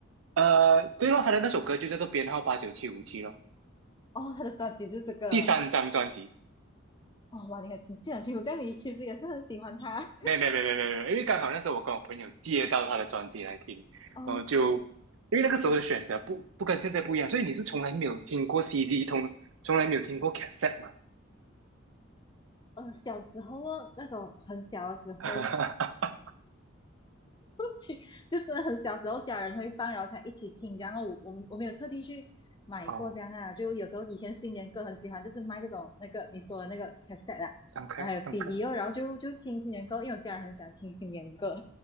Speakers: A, on the right; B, on the left.
A: 呃，对咯，他的那首歌就叫做编号八九七五七咯，
B: 哦，他的专辑就是这个。
A: 第三张专辑。
B: 哦，哇，你很你记得很清楚，这样你其实也是很喜欢他。
A: 没有没有没有没有没有没有因为刚好那时候我跟我朋友借到他的专辑来听，
B: <laughs> 哦，
A: 然后就因为那个时候的选择不不跟现在不一样，所以你是从来没有听过 CD，从从来没有听过 cassette 吗？
B: 呃，小时候哦那种很小的时候，
A: <laughs>
B: 去，<laughs> 就真的很小时候家人会放，然后才一起听。然后我我们我没有特地去买过这样啊，
A: 哦
B: 就有时候以前新年歌很喜欢，就是卖这种那个你说的那个 cassette 啊，
A: ，OK
B: 然后还有 CD
A: OK，
B: 哦，然后就就听新年歌，因为我家人很喜欢听新年歌